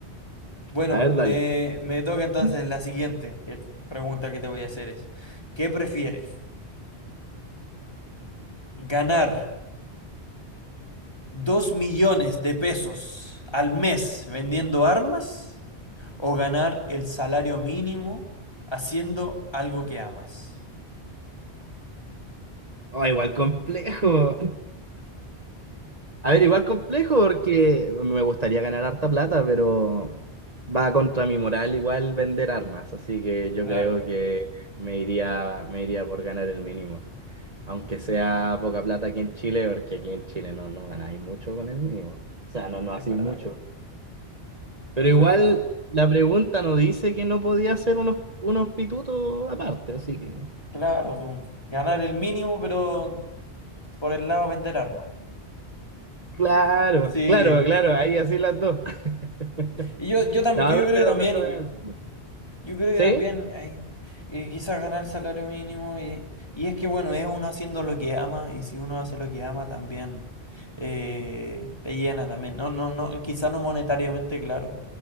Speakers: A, on the left; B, on the right.
A: Bueno,
B: A ver,
A: me,
B: dale. <laughs>
A: me toca entonces la siguiente que- pregunta que te voy a hacer es, ¿qué prefieres? ¿Ganar dos millones de pesos al mes vendiendo armas o ganar el salario mínimo haciendo algo que amas?
B: Ah, igual complejo. A ver, igual complejo porque me gustaría ganar harta plata, pero va contra mi moral igual vender armas, así que yo
A: Claro,
B: creo que me iría, me iría por ganar el mínimo, aunque sea poca plata aquí en Chile, porque aquí en Chile no, no ganáis mucho con el mínimo, o sea, no, no
A: es
B: hacéis
A: verdad,
B: mucho. Pero
A: es
B: igual
A: verdad, bueno.
B: la pregunta no dice que no podía hacer unos, unos pitutos aparte, así que...
A: Claro, con ganar el mínimo, pero por el lado vender armas.
B: Claro,
A: Sí.
B: claro, claro, ahí así las dos. <laughs>
A: Y yo, yo, tam-
B: No,
A: que yo
B: prefiero,
A: creo que también
B: prefiero ganar.
A: yo creo
B: ¿Sí?
A: que también hay quizás ganar el salario mínimo y, y es que bueno, es uno haciendo lo que ama y si uno hace lo que ama también eh, te llena también. No, no, no, quizás no monetariamente, claro,